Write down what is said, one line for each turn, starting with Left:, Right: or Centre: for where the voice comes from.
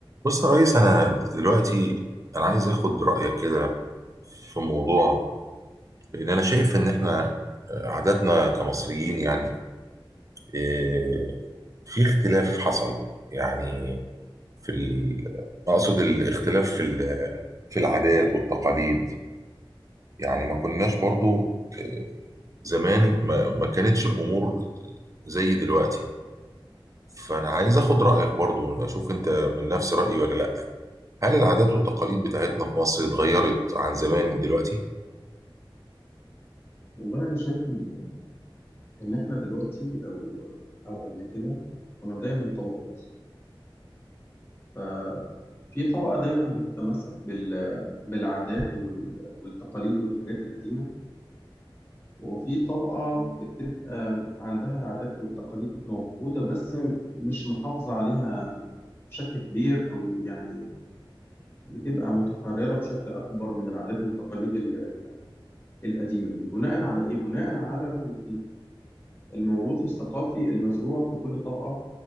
Right: بص يا ريس انا دلوقتي انا عايز اخد رايك كده في موضوع لان انا شايف ان احنا آه، عاداتنا كمصريين يعني آه، في اختلاف حصل يعني في ال... اقصد الاختلاف في ال... في العادات والتقاليد يعني ما كناش برضو آه، زمان ما, ما كانتش الامور زي دلوقتي فانا عايز اخد رايك برضو اشوف انت من نفس رايي ولا لا هل العادات والتقاليد بتاعتنا في مصر اتغيرت عن زمان من دلوقتي؟
Left: والله انا شايف ان ان احنا دلوقتي او او قبل كده كنا دايما طبقات ففي طبقه دايما بتتمسك بال بالعادات وال- والتقاليد والحاجات القديمه وفي طبقه بتبقى عندها العادات والتقاليد موجوده بس مش محافظه عليها بشكل كبير او يعني بتبقى متحرره بشكل اكبر من العادات والتقاليد ال- ال- القديمه دي بناء على ايه بناء على الموروث الثقافي المزروع في كل طبقه